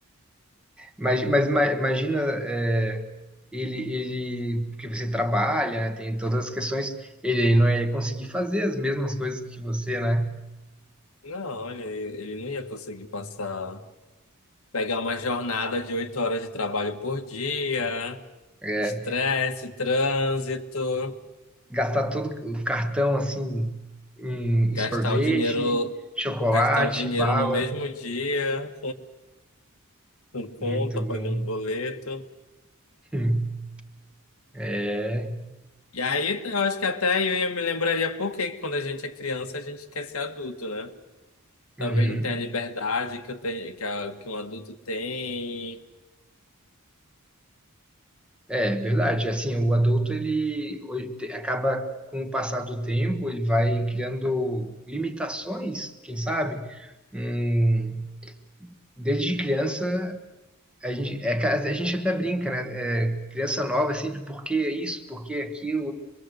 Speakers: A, in the centre; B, on the left (about 75°).
A: Mas, mas ima- imagina, é, ele, ele, porque você trabalha, né? Tem todas as questões, ele não ia conseguir fazer as mesmas coisas que você, né?
B: não, ele, ele não ia conseguir passar. Pegar uma jornada de oito horas de trabalho por dia,
A: É,
B: estresse, trânsito,
A: Gastar todo o cartão assim em, em
B: gastar
A: sorvete,
B: o dinheiro,
A: chocolate,
B: gastar o dinheiro
A: bala.
B: no mesmo dia, com conta,
A: Muito bom.
B: pagando boleto.
A: <laughs> É,
B: E aí eu acho que até eu ia me lembraria por que quando a gente é criança a gente quer ser adulto, né?
A: sim.
B: Talvez não tenha a liberdade que eu tenho, que, a- que um adulto tem.
A: É, verdade. Assim, o adulto ele oi- te- acaba com o passar do tempo, ele vai criando limitações, quem sabe? Hum, desde criança a gente, é ca- a gente até brinca, né? É, criança nova é sempre porque isso, porque aquilo